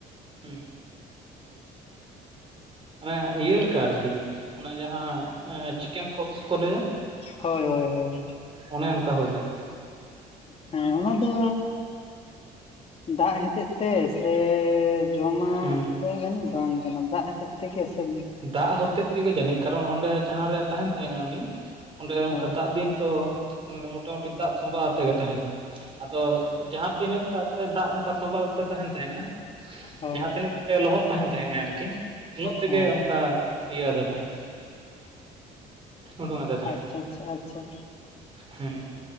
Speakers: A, on the right (about 30°); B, on the left (about 35°).
A: ᱦᱩᱸ ᱦᱟᱱᱮ ᱤᱭᱟᱹ ᱞᱮᱠᱟ ᱟᱨᱠᱤ ᱚᱱᱟ ᱡᱟᱦᱟᱸ ᱪᱤᱠᱮᱱ ᱯᱷᱚᱠᱥ ᱠᱚ ᱞᱟᱹᱭᱟ
B: ᱦᱳᱭ ᱦᱳᱭ ᱦᱳᱭ
A: ᱚᱱᱮ ᱚᱱᱠᱟ ᱦᱩᱭ ᱞᱮᱱᱟ
B: ᱦᱮᱸ ᱚᱱᱟ ᱫᱚ ᱫᱟᱜ ᱦᱚᱛᱮᱫ ᱛᱮ ᱥᱮ ᱡᱚᱢᱟᱜ
A: ᱦᱮᱸ
B: ᱫᱚ ᱡᱟᱹᱱᱤᱡ ᱵᱟᱝ ᱠᱟᱱᱟ ᱫᱟᱜ ᱦᱚᱛᱮᱫ ᱛᱮᱜᱮ ᱥᱮ
A: ᱫᱟᱜ ᱦᱚᱛᱮᱡ ᱛᱮᱜᱮ ᱡᱟᱹᱱᱤᱡ ᱠᱟᱨᱚᱱ ᱚᱸᱰᱮ ᱡᱟᱦᱟᱸᱨᱮ ᱛᱟᱦᱮᱱ ᱛᱟᱸᱦᱮᱜ ᱟᱭ ᱩᱱᱤ ᱚᱸᱰᱮ ᱚᱱᱠᱟ
B: ᱦᱮᱸ
A: ᱫᱟᱜ ᱫᱤᱱ ᱛᱚ ᱢᱳᱴᱟ ᱢᱩᱴᱤ ᱫᱟᱜ ᱛᱚᱸᱢᱵᱟ ᱟᱛᱮ ᱜᱮ ᱛᱟᱦᱮᱸᱱᱟ᱾ ᱟᱫᱚ ᱡᱟᱦᱟᱸ ᱛᱤᱱᱟᱹᱜ ᱴᱟᱜ ᱛᱮ ᱫᱟᱜ ᱚᱱᱠᱟ ᱛᱚᱸᱵᱟ ᱛᱮ ᱛᱟᱦᱮᱱ ᱛᱟᱦᱮᱸᱜᱼᱟ
B: ᱦᱳᱭ
A: ᱡᱟᱦᱟᱸ ᱛᱤᱱᱟᱹᱜ ᱛᱮ ᱞᱚᱦᱚᱫ ᱛᱟᱦᱮᱱ ᱛᱟᱦᱮᱸᱜᱼᱟ ᱟᱨᱠᱤ ᱩᱱᱟᱹᱜ ᱛᱮᱜᱮ
B: ᱦᱮᱸ
A: ᱚᱱᱠᱟ ᱤᱭᱟᱹ ᱟᱫᱮ ᱛᱟᱦᱮ-ᱟ᱾ ᱳᱰᱳᱝ ᱟᱫᱮ ᱛᱟᱦᱮᱸᱜᱼᱟ
B: ᱟᱪᱪᱷᱟ ᱟᱪᱪᱷᱟ ᱟᱪᱪᱷᱟ ᱟᱪᱪᱷᱟ
A: ᱦᱮᱸ᱾